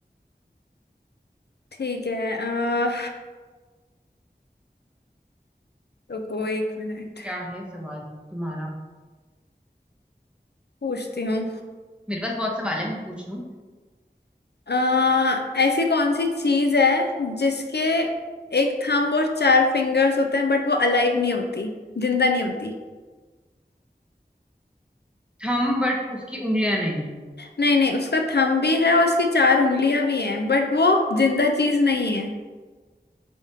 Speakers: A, on the left; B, in the centre.
A: ठीक है अ, रुको एक मिनट
B: क्या है सवाल तुम्हारा
A: पूछती हूँ
B: मेरे पास बहुत सवाल है मैं पूछ लूं
A: आ, ऐसी कौन सी चीज है जिसके एक थंब और चार फिंगर्स होते हैं बट वो अलाइव नहीं होती जिंदा नहीं होती
B: थम बट उसकी उंगलियां नहीं है
A: नहीं नहीं उसका थंब भी है और उसकी चार उंगलियां भी हैं बट वो जिंदा चीज नहीं है